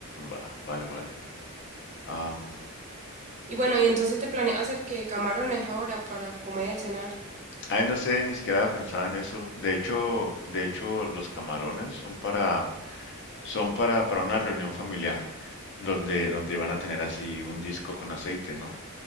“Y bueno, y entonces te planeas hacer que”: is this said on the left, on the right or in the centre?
Right